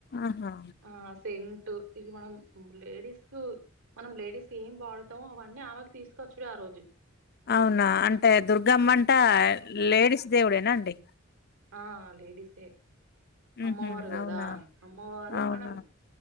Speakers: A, on the left (about 50°); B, on the right (about 75°).
A: ఆహా
B: ఆ సెన్ టు ఇది మనం లేడీస్ కు మనం లేడీస్ ఏం వాడుతామో అవన్నీ ఆమెకి తీసుకవచ్చుడు ఆ రోజు
A: అవునా అంటే దుర్గమ్మ అంట లేడీస్ దేవుడేనా అండి
B: ఆ లేడీసే
A: ఉహు
B: అమ్మవారు కదా
A: అవునా
B: అమ్మవారు
A: అవునా
B: మనం